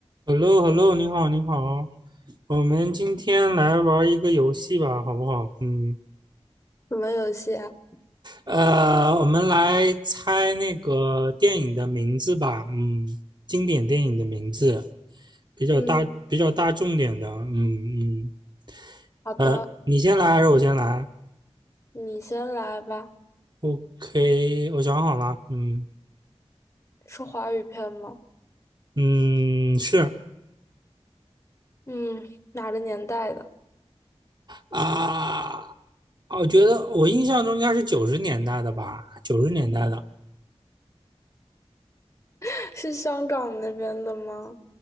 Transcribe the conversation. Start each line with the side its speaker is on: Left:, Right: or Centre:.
Right: h e l l o h e l l o 你好，你好，我们今天来玩一个游戏吧，好不好？嗯，
Left: 什么游戏啊？
Right: 呃，我们来猜那个电影的名字吧，嗯，经典电影的名字，比较大，
Left: 嗯，
Right: 比较大众点的，嗯嗯，
Left: 好的，
Right: 呃，你先来还是我先来
Left: 你先来吧。
Right: ？OK，我想好了，嗯
Left: 是华语片吗？
Right: 嗯，是
Left: 嗯，哪个年代的？
Right: 啊，我觉得我印象中应该是九十年代的吧，九十年代的，
Left: <laughs> 是香港那边的吗？